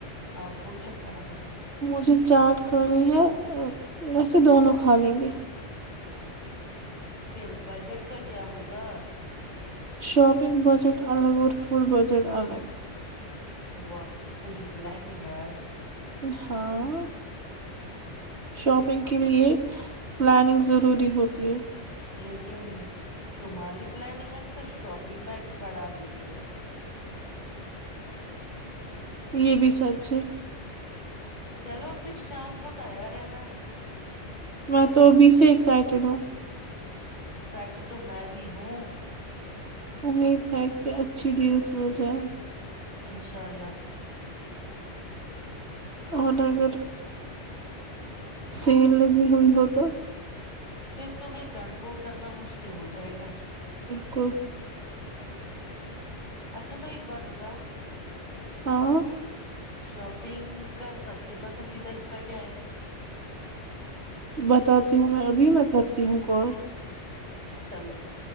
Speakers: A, on the left; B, on the right.
A: آپ کو کیا کھانا پسند ہے
B: مجھے چاٹ کرنی ہے ویسے دونوں کھا لیں گے
A: پھر بجٹ کا کیا ہوگا
B: شاپنگ بجٹ الگ اور فڈ بجٹ الگ
A: واہ پوری پلانگ ہے
B: ہاں شاپنگ کے لیئے پلاننگ ضروری ہوتی ہے
A: لیکن تمہاری پلاننگ اکثر شاپنگ بیگس بڑھا دیتی ہے
B: یہ بھی سچ ہے
A: چلو پھر شام کو ت آیا رہنا
B: میں تو ابھی سے ایکسائٹیڈ ہوں
A: اسائٹیڈ تو میں بھی ہوں
B: امید ہے کہ اچھی ڈیلز مل جائیں
A: اشاء اللہ
B: اور اگر سین لگی ہوئی ہو تو
A: پھر تمہیں کنٹرول کرنا مشکل ہو جائے گا
B: بالکل
A: اچھا تو ایک بات بتاؤ
B: ہاں
A: شاپنگ کا سب سے پسندیدہ حصہ کیا ہے
B: بتاتی ہوں میں ابھی میں کرتی ہوں کال
A: چلو ٹھیک